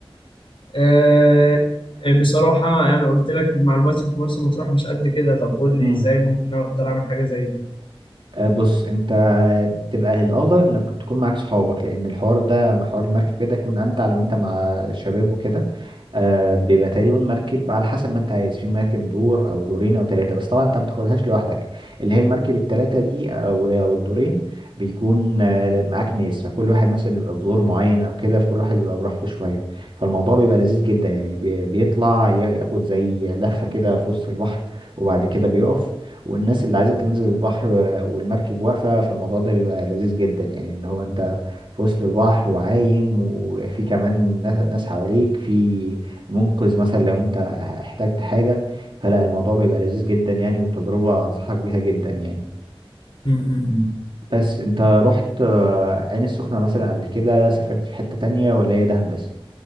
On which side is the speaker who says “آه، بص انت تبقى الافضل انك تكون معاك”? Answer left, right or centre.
Right